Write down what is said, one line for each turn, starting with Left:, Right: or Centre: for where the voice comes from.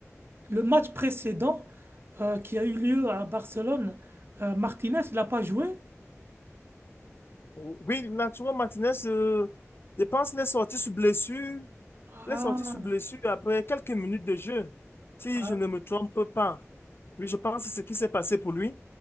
Right: le match précédent euh, qui a eu lieu à Barcelone, euh, Martinez, il n'a pas joué?
Left: Oui, Arturo Martinez, euh, je pense, les sorties sur blessure,
Right: Ah.
Left: les sorties sur blessure après quelques minutes de jeu, si
Right: Ah,
Left: je ne me trompe pas. Oui, je pense que c'est ce qui s'est passé pour lui,